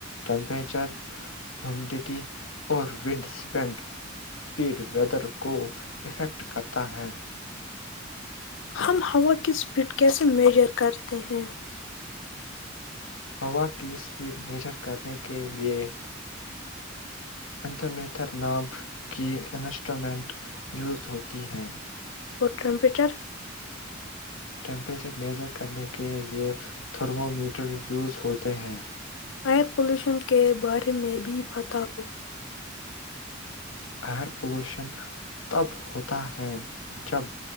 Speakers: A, on the left; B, on the left.
A: ٹیمپریچر ہیومڈیٹی اور ونڈ اسپینڈ اسپیڈ ویدر کو افیکٹ کرتا ہے
B: ہم ہوا کی اسپیڈ کیسے میجر کرتے ہیں
A: ہوا کی اسپیڈ میجر کرنے کے لئے اتھمیتھر نام کی انسٹرومنٹ یوز ہوتی ہیں
B: اورٹمپیٹر
A: ٹیمپریچر میجر کرنے کے لئے تھرمومییٹر یوز ہوتے ہیں
B: ایئر پلیوشن کے بارے میں بھی بتاؤ
A: ایئر پولوشن تب ہوتا ہے جب